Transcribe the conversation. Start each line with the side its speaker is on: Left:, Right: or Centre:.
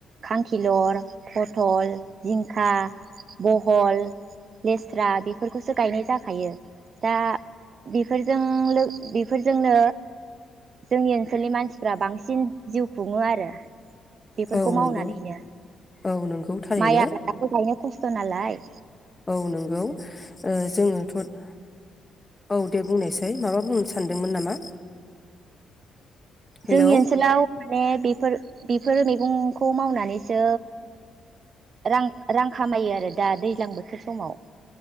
Right: खांखिलर फथल, जिंखा, बहल, लेस्रा बेफोरखौसो गायनाय जाखायो दा बेफोर जों लो बेफोरजोंनो जोंनि ओनसोलनि मानसिफ्रा बांसिन जिउ खुङो आरो बेफोरखौ
Left: औ नंगौ
Right: मावनानैनो
Left: औ नंगौ थारैनो
Right: माइ आबादाबो गायनो खस्थ त नालाय
Left: औ नंगौ ओ जोङोथ' औ दे बुंनायसाय माबा बुंनो सानदोंमोन नामा? हेलौ
Right: जोंनि ओनसोलाव माने बेफोर बेफोरो मैगंखौ मावनानैसो रां रां खामायो आरो दा दैज्लां बोथोर समाव।